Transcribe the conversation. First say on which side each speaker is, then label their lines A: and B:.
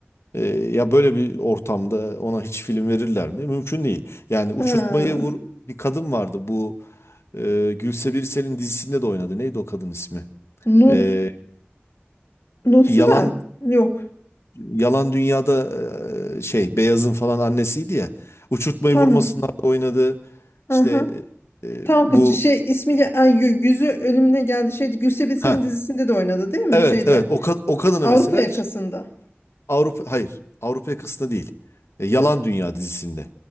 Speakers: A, on the left; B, on the left.
A: E, ya böyle bir ortamda ona hiç film verirler mi? Mümkün değil. Yani uçurtmayı
B: Ha.
A: vur bir kadın vardı bu e, Gülse Birsel'in dizisinde de oynadı. Neydi o kadın ismi?
B: Nur,
A: E,
B: Nur Sürer.
A: Yalan
B: Yok.
A: Yalan Dünya'da e, şey Beyaz'ın falan annesiydi ya. Uçurtmayı
B: Tamam.
A: vurmasınlar da oynadı.
B: Aha.
A: İşte e,
B: Tamam
A: bu
B: kız şey ismi ge- ay, yü- yüzü önümüne geldi. Şeydi Gülse Birsel'in
A: ha
B: dizisinde de oynadı değil mi?
A: evet
B: Şeyde
A: evet o, kad- o kadına
B: Avrupa
A: mesela
B: yakasında.
A: Avrupa hayır. Avrupa yakasında değil. E, Yalan
B: Ya.
A: Dünya dizisinde.